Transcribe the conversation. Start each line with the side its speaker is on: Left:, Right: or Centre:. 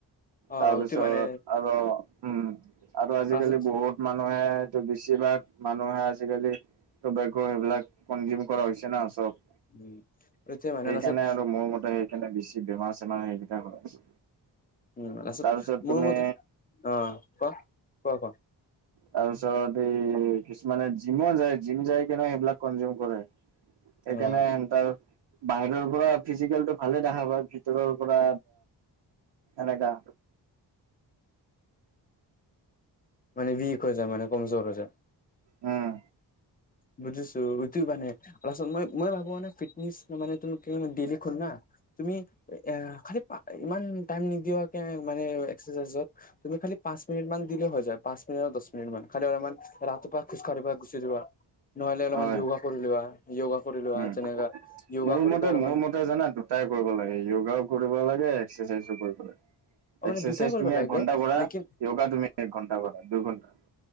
Left: অ
Right: তাৰপিছত
Left: এইটো মানে
Right: আৰু উম আৰু আজিকালি
Left: তাৰপাছত
Right: বহুত মানুহ। মানুহে এইটো বেছিভাগ মানুহে আজিকালি। ত বে সেইবিলাক কনজিউম কৰা হৈছে না চব।
Left: উম। এতিয়া মানে
Right: সেইকাৰণে
Left: লাষ্টত
Right: আৰু মোৰ মতে সেইকাৰণে বেছি বেমাৰ চেমাৰ সেইকেইটা হৈ আছে।
Left: তাৰ পাছত
Right: তাৰপিছত
Left: মোৰ
Right: তুমি
Left: মতে অ কোৱা কোৱা কোৱা।
Right: তাৰ পিছত এই কিছুমানে জিমো যায় জিম যায় কিনে সেইবিলাক কনজিউম কৰে। সেইকাৰণে
Left: অ',
Right: এন্তাৰ বাহিৰৰ পৰা ফিজিকেল টো ভালে দেখা পায় ভিতৰৰ পৰা এনেকা।
Left: মানে উক হৈ যায় মানে কমজোৰ হৈ যায়।
Right: উম
Left: বুজিছো সটো মানে অলপচত মই মই ভাবো মান ফিটনেচ মানে তুমি কি ডেইলি খল না। তুমি এ খালি ইমান টাইম নিদিয়াকে মানে এক্সাৰচাইজত। তুমি খালি পাঁচ মিনিট মান দিলে হয়। পাঁচ মিনিট আৰু দহ মিনিট মান খালি অলপমান ৰাতিপুৱা খজ কাঢ়িবা গুচি যোৱা। নহলে অলপমান
Right: হয়
Left: য়োগা কৰি লোৱা। য়োগা কৰি লোৱা
Right: উম
Left: যেনেকা য়োগা
Right: মোৰ
Left: কৰি
Right: মতে
Left: পেলাই অলপমান।
Right: মোৰ মতে জানা দুটাই লাগে যোগাও কৰিব লাগে এক্সাৰচাইজো কৰিব লাগে।
Left: অ', মানে
Right: এক্সাৰচাইজ
Left: দুটাই কৰিব
Right: তুমি
Left: লাগে
Right: এক ঘণ্টা কৰা
Left: লেকিন
Right: য়োগা তুমি এক ঘণ্টা কৰা দুঘণ্টা।